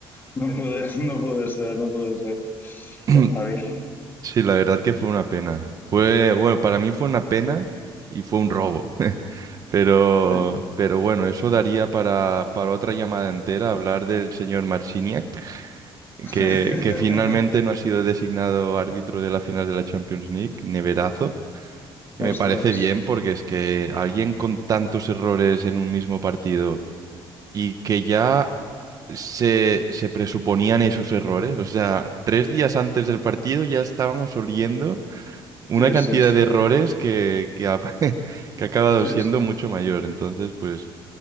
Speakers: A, on the left; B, on the right.
A: No puede, no puede ser, no puede ser.
B: <clears throat>
A: Qué rabia.
B: Sí, la verdad que fue una pena. Fue, bueno, para mí fue una pena y fue un robo. <laughs> Pero,
A: Sí.
B: pero bueno, eso daría para, para otra llamada entera hablar del señor Marciniak,
A: <laughs>
B: que, que finalmente no ha sido designado árbitro de la final de la Champions League, neverazo. que Me
A: Ostras.
B: parece bien porque es que alguien con tantos errores en un mismo partido y que ya se, se presuponían esos errores, o sea, tres días antes del partido ya estábamos oliendo una
A: Sí,
B: cantidad
A: sí, sí,
B: de errores que, que ha, <laughs> que ha acabado
A: sí,
B: siendo
A: sí.
B: mucho mayor. Entonces, pues,